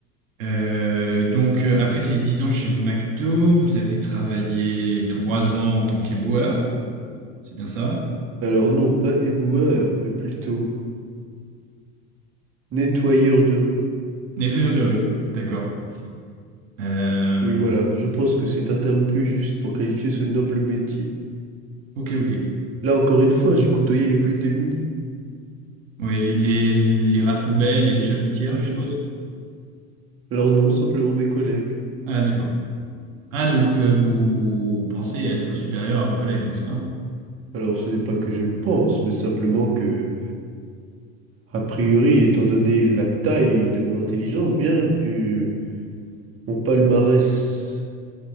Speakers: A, on the right; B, on the right.
A: Euh, donc, euh, après ces 10 ans chez McDo, vous avez travaillé 3 ans en tant qu'éboueur, c'est bien ça?
B: Alors non, pas éboueur, mais plutôt nettoyeur de rue.
A: Nettoyeur de rue, d'accord. Euh,
B: Oui, voilà, je pense que c'est un terme plus juste pour qualifier ce noble métier.
A: ok, ok.
B: Là, encore une fois, j'ai côtoyé les plus démunis.
A: Oui, les, les rats de poubelle et les chats de gouttière, je suppose?
B: Alors non, simplement mes collègues.
A: Ah, d'accord. Ah, donc euh, vous pensez être supérieur à vos collègues, n'est-ce pas?
B: Alors ce n'est pas que je pense, mais simplement que, a priori, étant donné la taille de mon intelligence, bien que mon palmarès